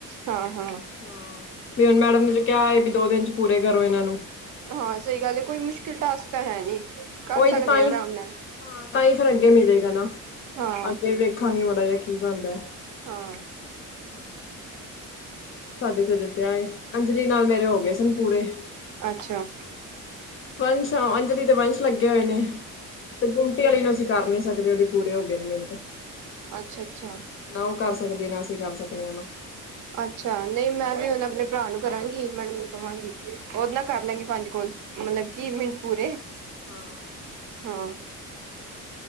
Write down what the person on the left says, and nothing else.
ਹਾਂ ਵੀ ਹੁਨ ਮੈਡਮ ਨੇ ਜੋ ਕੇਆ ਵੀ ਦੋ ਦਿਨ ਚ ਪੂਰੇ ਕਰੋ ਏਨਾਂ ਨੂੰ।
ਓਈ
ਤੇ ਤਾਂਈ
ਫ,
ਤਾਂਈ ਫੇਰ ਅੱਗੇ ਮਿਲੇਗਾ ਨਾ,
ਅੱਗੇ ਦੇਖਾਂਗੇ ਮਾੜਾ ਜੇਆ ਕੀ ਬਾਨਦੈ।
ਹੋਰ ਕੀ। ਸਾਡੇ ਤੇ ਹਜੇ ਪੇਆ ਏ, ਅੰਜਲੀ ਨਾਲ ਮੇਰੇ ਹੋ ਗਏ ਸਨ ਪੂਰੇ।
ਵੰਸ਼ ਆ ਅੰਜਲੀ ਤੇ ਵੰਸ਼ ਲੱਗੇ ਹੋਏ ਨੇ, ਤੇ ਗੁੰਮਟੀੇ ਵਾਲੀ ਨੂੰ ਅਸੀਂ ਕਾਰ ਨੀ ਸਕਦੇ ਓਦੇ ਪੂਰੇ ਹੋ ਗਏ ਨੇ ਮਿੰਟ,
ਨਾ ਓ ਕਾਰ ਸਕਦੀ ਨਾ ਅਸੀਂ ਕਾਰ ਸਕਨੇ ਹਾਂ ਓਨੂ।
ਹਾਂ
ਹਾਂ।